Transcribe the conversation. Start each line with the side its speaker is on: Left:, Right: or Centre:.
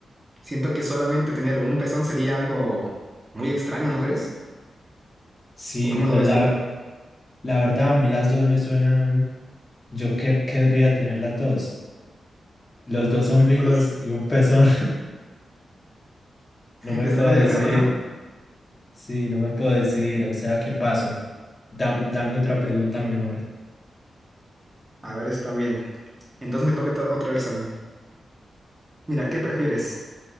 Right: Siento que solamente tener un pezón sería algo muy extraño, ¿no crees?
Left: Sí,
Right: ¿O cómo
Left: pues
Right: lo ves
Left: la,
Right: tú?
Left: la verdad a mí las dos me suenan... Yo que, querría tener las dos. Los dos
Right: <laughs>
Left: ombligos y un pezón. <laughs> No me
Right: Está
Left: puedo
Right: medio
Left: decidir.
Right: raro, ¿no?
Left: Sí, no me puedo decidir. O sea, ¿qué paso? Dam- dame otra pregunta mejor.
Right: A ver, está bien. Entonces me toca to- otra vez a mí. Mira, ¿qué prefieres?